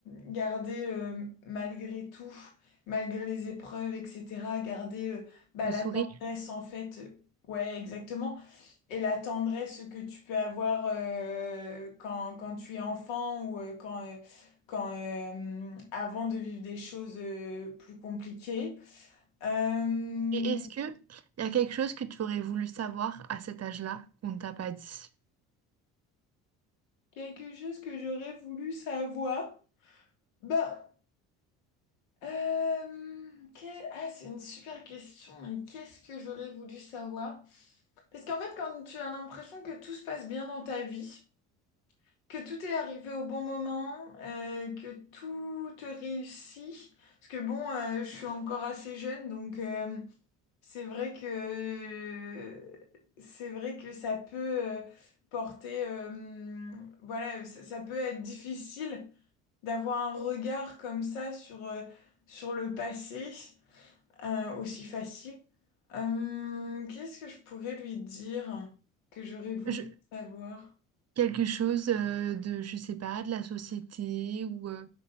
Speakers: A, on the left (about 75°); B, on the right (about 35°).
A: garder euh, malgré tout, malgré les épreuves, etc., garder euh, bah,
B: Le
A: la
B: sourire.
A: tendresse en fait, euh, ouais, exactement, et la tendresse que tu peux avoir euh, quand, quand tu es enfant ou euh, quand, euh, quand euh, avant de vivre des choses euh, plus compliquées. Euh,
B: Et est-ce que il y a quelque chose que tu aurais voulu savoir à cet âge-là qu'on ne t'a pas dit?
A: Quelque chose que j'aurais voulu savoir. Ben, euh, que- ah, c'est une super question, mais qu'est-ce que j'aurais voulu savoir? Parce qu'en fait, quand tu as l'impression que tout se passe bien dans ta vie, que tout est arrivé au bon moment, euh, que tout te réussit, parce que bon, euh, je suis encore assez jeune, donc euh, c'est vrai que c'est vrai que ça peut euh, porter, euh, voilà, ça ça peut être difficile. d'avoir un regard comme ça sur, euh, sur le passé, euh, aussi facile. Euh, qu'est-ce que je pourrais lui dire que j'aurais voulu
B: Je-
A: savoir?
B: quelque chose euh, de, je sais pas, de la société ou euh,